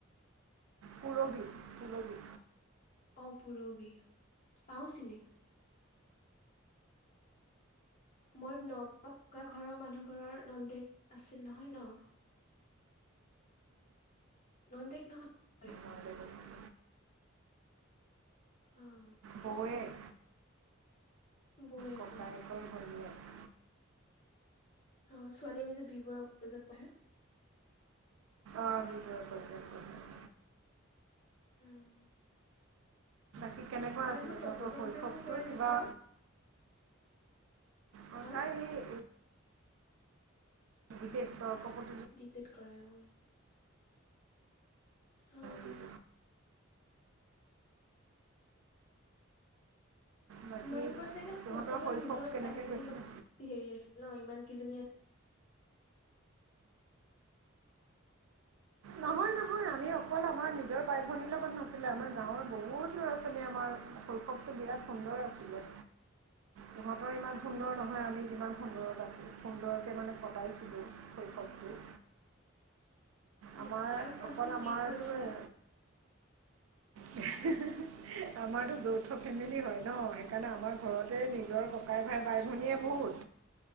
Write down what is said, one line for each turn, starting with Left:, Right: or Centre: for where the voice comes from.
Right: পূৰবি পূৰবি।
Left: অ', পূৰবি, পাওঁ চিনি। মই নগাঁৱত থকা ঘৰৰ মানুহ ঘৰৰ নন্দেক আছিল নহয়, ন'! নন্দেক নহয়। বৌৱেক
Right: নন্দেক আছিল।
Left: অ'।
Right: বৌৱেক
Left: বৌৱেক
Right: ককায়েকৰ
Left: অ
Right: ভনীয়েক।
Left: অ', ছোৱালীজনী যে বি বৰুৱা কলেজত পঢ়ে।
Right: অ', বি বৰুৱা কলেজত পঢ়ে।
Left: উম।
Right: ঠিক কেনেকুৱা
Left: তাই
Right: আছিলে
Left: বহুত তৰ্ক
Right: তহঁতৰ শৈশৱটো,
Left: বিতৰ্ক কৰে
Right: কিবা
Left: নেকি ন
Right: অ',
Left: হা
Right: তাই এই ডিবেট তৰ্ক প্ৰ
Left: ডিবেট কৰে, অ'। অ'।
Right: ডিবেট বাকী
Left: তোমালোকৰ চাগে শৈশৱত
Right: তহঁতৰ শৈশৱ
Left: নিজৰ
Right: কেনেকৈ
Left: বাই ভনী
Right: গৈছিলে
Left: লগত হেৰি আছিল ন', ইমান কেইজনী আ
Right: নহয়, নহয়, আমি অকল আমাৰ নিজৰ বাই ভনীৰ লগত নাছিলে, আমাৰ গাঁৱৰ বহুত ল'ৰা ছোৱালী আমাৰ শৈশৱটো বিৰাট সুন্দৰ আছিলে। তহঁতৰ ইমান
Left: আছিল
Right: সুন্দৰ
Left: অ হয়
Right: নহয়,
Left: নেকি
Right: আমি যিমান সুন্দৰত আছো, সুন্দৰকে মানে কটাইছিলোঁ। শৈশৱটো।
Left: অ হয়
Right: আমাৰ,
Left: নেকি আৰু কোৱাচোন
Right: অকল
Left: কি
Right: আমাৰটোৱে
Left: কৰিছিলা
Right: হে, হে, হে, হে, আমাৰতো যৌথ ফেমিলি হয় ন', সেইকাৰণে আমাৰ ঘৰতে নিজৰ বাই, ভাই, বাই, ভনীয়ে বহুত।